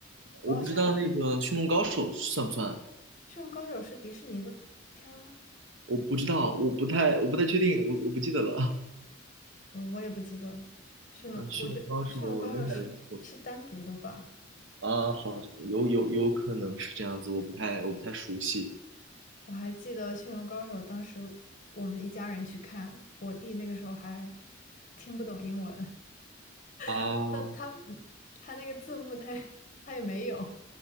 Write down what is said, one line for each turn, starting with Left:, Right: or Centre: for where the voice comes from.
Left: 我好像
Right: 我不知道那个《驯龙高手》算不算，
Left: 《驯龙高手》是迪士尼的片儿吗？
Right: 我不知道，我不太我不太确定，我我不记得了。
Left: 我我也不记得了，
Right: <laughs>
Left: 《驯龙》我觉得《驯龙高手》是是单独的吧？
Right: 嗯，《驯龙高手》应该我啊，好像有有有可能是这样子，我不太我不太熟悉
Left: 我还记得《驯龙高手》，当时我们一家人去看，我弟那个时候还听不懂英文，
Right: 啊。
Left: <laughs> 那他他那个字幕他也他也没有